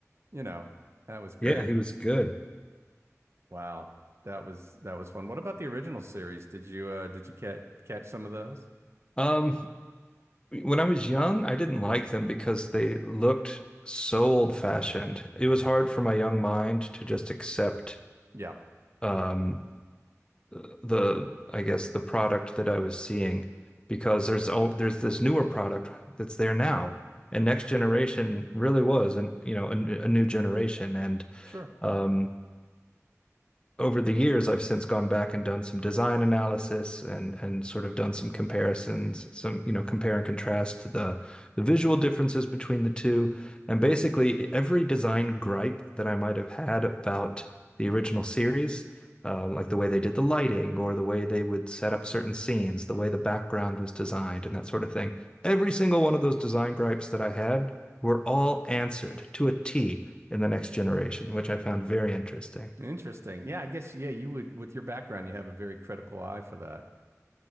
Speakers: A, on the right; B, on the left.
A: you know, that was great.
B: yeah, he was good.
A: Wow, that was that was fun. What about the original series? Did you uh, did you catch catch some of those?
B: Um, when I was young, I didn't like them because they looked so old-fashioned. It was hard for my young mind to just accept
A: Yeah,
B: um, the, I guess, the product that I was seeing because there's oh, there's this newer product that's there now, and Next Generation really was, and you know, a, a new generation, and
A: sure.
B: um, over the years, I've since gone back and done some design analysis and and sort of done some comparisons, some, you know, compare and contrast to the the visual differences between the two. And basically, every design gripe that I might have had about the original series, um, like the way they did the lighting or the way they would set up certain scenes, the way the background was designed, and that sort of thing, every single one of those design gripes that I had were all answered to a T in the next generation, which I found very interesting.
A: Interesting. Yeah, I guess yeah, you would with your background, you have a very critical eye for that.